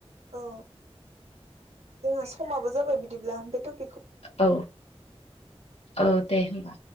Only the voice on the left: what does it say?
औ औ दे होनबा।